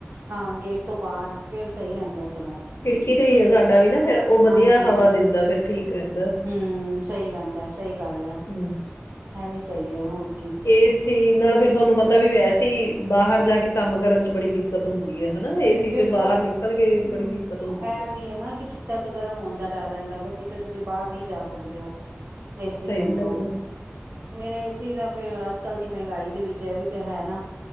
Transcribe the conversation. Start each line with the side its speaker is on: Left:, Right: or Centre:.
Right: ਹਾਂ ਗੇਟ ਤੋਂ ਬਾਹਰ ਫਿਰ ਸਹੀ ਰਹਿੰਦਾ ਸੀ
Left: ਖਿੜਕੀ ਤੇ ਹੀ ਹੈ ਸਾਡਾ ਵੀ ਨਾ ਫੇਰ ਉਹ ਵਧੀਆ
Right: ਹਾਂਜੀ ਹਾਂਜੀ
Left: ਹਵਾ ਦਿੰਦਾ ਫਿਰ ਠੀਕ ਰਹਿੰਦਾ
Right: ਹਮ ਸਹੀ ਰਹਿੰਦਾ ਸਹੀ ਗੱਲ
Left: ਹਮ
Right: ਹੈ ਵੀ ਸਹੀ ਹੈ ਹੁਣ
Left: ਏਸ ਨਾਲੇ ਫੇਰ ਤੁਹਾਨੂੰ ਪਤਾ ਵੀ ਵੈਸੇ ਹੀ ਬਾਹਰ ਜਾ ਕੇ ਕੰਮ ਕਰਨ ਚ ਬੜੀ ਦਿੱਕਤ ਹੁੰਦੀ ਹੈ ਹਨਾ ਏਸੀ
Right: ਬਿਲਕੁਲ
Left: ਚ ਬਾਹਰ ਨਿਕਲ ਕੇ
Right: ਹਮ
Left: ਬੜੀ ਦਿੱਕਤ ਹੁੰਦੀ
Right: ਇਹ
Left: ਹੈ।
Right: ਵੀ ਐ ਨਾ ਕਿ ਸਰਦ ਗਰਮ ਹੋਣ ਦਾ ਡਰ ਰਹਿੰਦਾ ਵ ਕਿਤੇ ਤੇ ਤੁਸੀਂ ਬਾਹਰ ਨਹੀਂ ਜਾ ਸਕਦੇ ਹੋ ਏਸੀ
Left: ਸਹੀ
Right: ਦੇ ਅੰਦਰੋਂ,
Left: ਗੱਲ ਹੈ,
Right: ਫੇਰ ਏਸੀ ਦਾ ਫਿਰ ਅੱਜ ਕੱਲ ਦੀ ਮਹਿੰਗਾਈ ਦੇ ਵਿੱਚ ਇਹ ਵੀ ਤੇ ਹੈ ਨਾ